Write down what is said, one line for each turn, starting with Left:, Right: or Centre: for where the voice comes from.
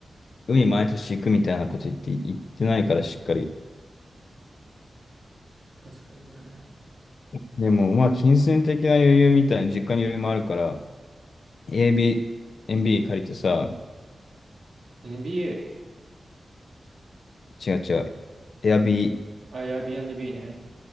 Left: 海毎年行くみたいなこと言って、言ってないからしっかり。
Right: 確かにね。
Left: でもまあ金銭的な余裕みたいな、実家に余裕もあるから、AB、エムビ b 借りてさ、
Right: NBA?
Left: 違う違う、エアビー、
Right: あ、Airbnb ね。